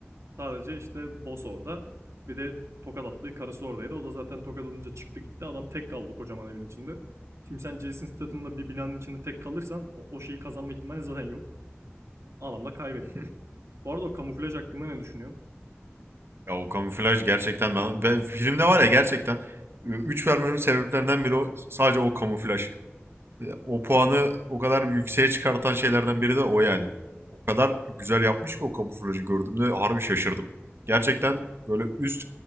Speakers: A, on the right (about 85°); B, on the right (about 60°).
A: Sadece işte boss orada. Bir de tokat attığı karısı oradaydı. O da zaten tokat alınca çıktı gitti. Adam tek kaldı kocaman evin içinde. Şimdi sen Jason Statham'la bir binanın içinde tek kalırsan o- şeyi kazanma ihtimali zaten yok. Adamla kaybetti.
B: <laughs>
A: Bu arada o kamuflaj hakkında ne düşünüyorsun?
B: ya o kamuflaj gerçekten ben, ben filmde var ya gerçekten Üç vermemin sebeplerinden biri o, sadece o kamuflaj. O puanı o kadar yükseğe çıkartan şeylerden biri de o yani. O kadar güzel yapmış ki o kamuflajı gördüğümde harbi şaşırdım. Gerçekten böyle üst